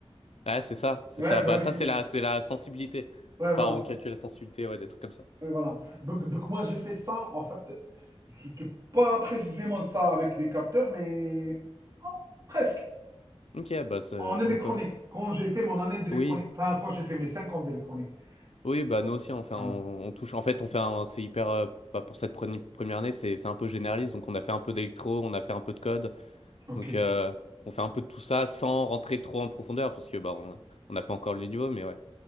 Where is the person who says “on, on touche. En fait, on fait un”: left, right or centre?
Left